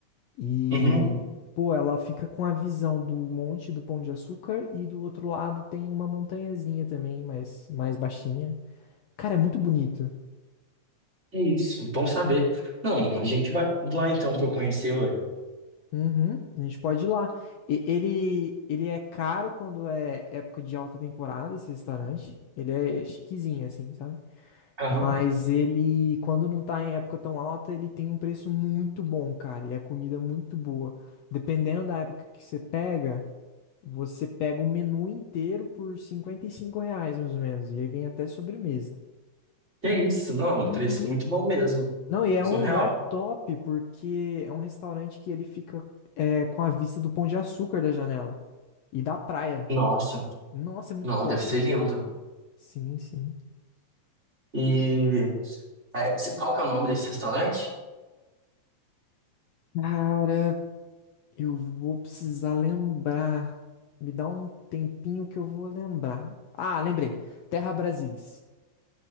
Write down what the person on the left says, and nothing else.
E.
Pô, ela fica com a visão do monte do Pão de Açúcar e do outro lado tem uma montanhazinha também, mas mais baixinha. Cara, é muito bonito.
Uhum, a gente pode ir lá. E- Ele, ele é caro quando é época de alta temporada, esse restaurante. Ele é chiquezinho, assim, sabe?
Mas ele, quando não tá em época tão alta, ele tem um preço muito bom, cara. E a comida é muito boa. Dependendo da época que você pega, você pega o menu inteiro por 55 reais, mais ou menos. E aí vem até sobremesa.
Uhum.
Não, e é
um lugar top, porque é um restaurante que ele fica é, com a vista do Pão de Açúcar da janela. E da praia.
Nossa, é muito
top.
Sim, sim.
Cara, eu vou precisar lembrar. Me dá um tempinho que eu vou lembrar. Ah, lembrei. Terra Brasilis.